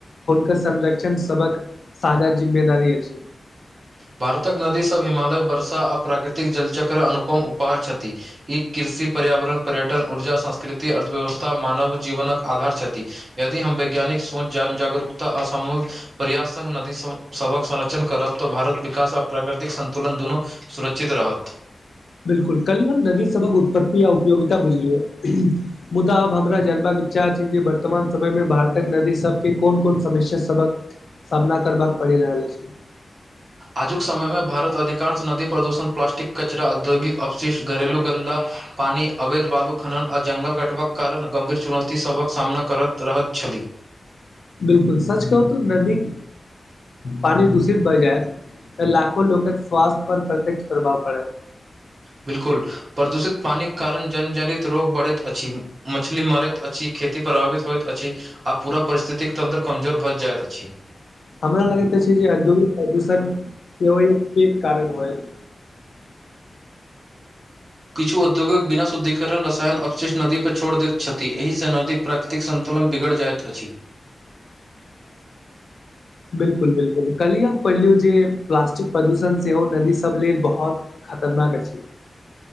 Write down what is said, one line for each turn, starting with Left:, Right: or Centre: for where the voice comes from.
Left: हुनकर संरक्षण सबक साझा जिम्मेदारी अछि
Right: भारतक नदी सब हिमालय वर्षा आ प्राकृतिक जलचक्र अनुपम उपहार छथि ई कृषि पर्यावरण पर्यटन ऊर्जा संस्कृति अर्थव्यवस्था मानव जीवनक आधार छथि यदि हम वैज्ञानिक सोंच जनजागरूकता आ सामूहिक प्रयास संग नदी सं सभक संरक्षण करब तऽ भारत विकास आ प्राकृतिक संतुलन दुनू सुरक्षित रहत
Left: बिलकुल कल्ही हम नदी सभक उत्पत्ति आ उपयोगिता बुझलियै मुदा आब हमरा जनबाक इच्छा अछि जे वर्तमान समय मे भारतक नदी सबके कोन कोन समस्या सभक सामना करबाक पड़ि रहल अछि
Right: आजुक समय मे भारत अधिकांश नदी प्रदूषण प्लास्टिक कचरा औद्योगिक अवशिष्ट घरेलू गन्दा पानी, अवैध बालू खन्ना आ जंगल कटबाक कारण गम्भीर चुनौती सभक सामना करत रहत छै
Left: बिल्कुल सच कहू त नदीक पानी दूषित भए जाइत लाखो लोकक स्वास्थ्य पर प्रत्यक्ष प्रभाव पड़त।
Right: बिल्कुल प्रदूषित पानिक कारण जन जनित रोग बढ़ैत अछि मछली मरैत अछि खेती प्रभावित होइत अछि आ पूरा परिस्थितिक तन्त्र कमजोर भऽ जायत अछि
Left: हमरा लगेत अछि जे औद्योगिक प्रदूषण सेहो एक एक कारण होयत
Right: किछु उद्योगिक बिना शुद्धिकरण रसायन अवशिष्ट नदी पर छोड़ दैत छथि एहिसँ नदीक प्राक तिक संतुलन बिगड़ जाइत अछि
Left: बिलकुल बिलकुल, कल्हि हम पढलियो जे प्लास्टिक प्रदूषण सेहो नदी सब लेल बहुत खतरनाक अछि